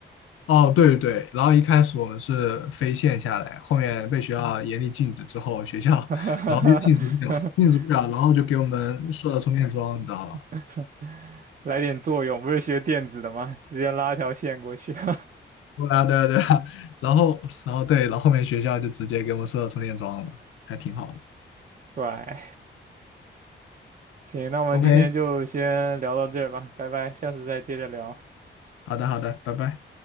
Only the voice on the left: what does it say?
哦，对对对，然后一开始我们是非线下来，后面被学校严厉禁止之后，学校然后又禁止不了，
禁止不了，然后就给我们设了充电桩，你知道吧？
对啊，对啊，对啊，然后，然后对，然后后面学校就直接给我们设了充电桩了，还挺好的。
OK，
好的，好的，拜拜。